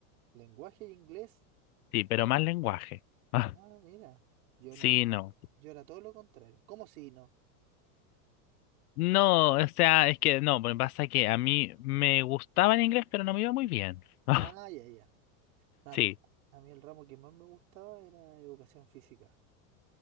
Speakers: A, on the right; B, on the left.
A: Lenguaje y inglés.
B: Sí, pero más lenguaje. <laughs> Ah,
A: Ah, mira. Yo
B: sí,
A: no, yo era,
B: no.
A: yo era todo lo contrario. ¿Cómo si no?
B: No, o sea, es que no, porque pasa que a mí me gustaba el inglés, pero no me iba muy bien. <laughs>
A: Ah, ya, ya. A
B: Sí.
A: mí, a mí el ramo que más me gustaba era educación física.